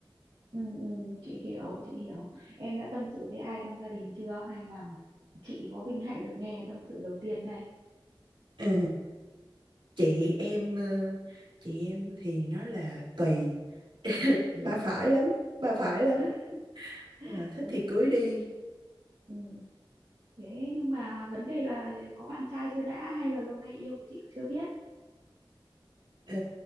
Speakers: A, on the right; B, on the right.
A: ừ, ừ. chị hiểu chị hiểu em đã tâm sự với ai trong gia đình chưa hay là chị có vinh hạnh được nghe tâm sự đầu tiên đây
B: Ờ, chị em ờ, chị em thì nói là tùy <laughs>
A: ừ.
B: bà phải lắm bà phải lắm
A: <laughs>
B: Là thích
A: ừ,
B: thì cưới đi
A: ừ. thế nhưng mà vấn đề là có bạn trai chưa đã hay là lâu nay yêu mà chị chưa biết
B: Ờ,